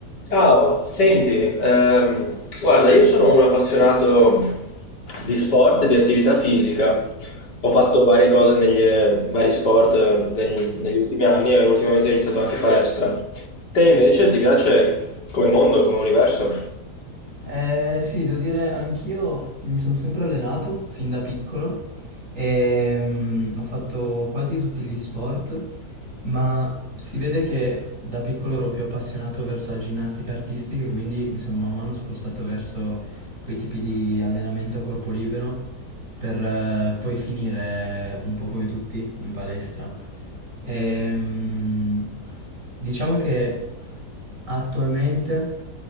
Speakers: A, on the left; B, on the right.
A: Ciao, senti, ehm, guarda, io sono un appassionato di sport e di attività fisica. Ho fatto varie cose negli eh, vari sport eh, negli, negli ultimi anni e ultimamente ho iniziato anche palestra. Te invece ti piace come mondo, come universo?
B: Eh, sì, devo dire, anch'io mi sono sempre allenato fin da piccolo e mm, ho fatto quasi tutti gli sport, ma si vede che da piccolo ero più appassionato verso la ginnastica artistica e quindi mi sono man mano spostato verso quei tipi di allenamento a corpo libero per eh, poi finire un po' come tutti in palestra. Ehm, diciamo che attualmente